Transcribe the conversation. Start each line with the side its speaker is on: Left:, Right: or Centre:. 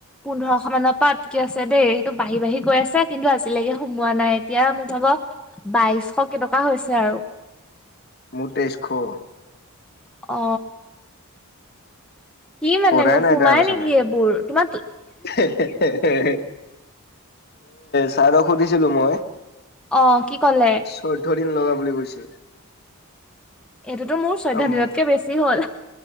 Centre: পোন্ধৰশ মানৰ পৰা কি আছে দেই সেইটো বাঢ়ি-বাঢ়ি গৈ আছে কিন্তু আজিলৈকে সোমোৱা নাই এতিয়া মোক ভাব বাইশ কেইটকা হৈছে আৰু।
Left: মোৰ তেইজ শ।
Centre: অ কি মানে
Left: কৰাই
Centre: নোসোমাই
Left: নাই তাৰপিছত।
Centre: নেকি এইবোৰ তোমাৰ
Left: এ ছাৰক সুধিছিলো মই,
Centre: অ' কি কলে?
Left: চৈধ্য দিন লগা বুলি কৈছে।
Centre: এইটোতো মোৰ চৈধ্য
Left: উম
Centre: দিনতকে বেছি হ'ল।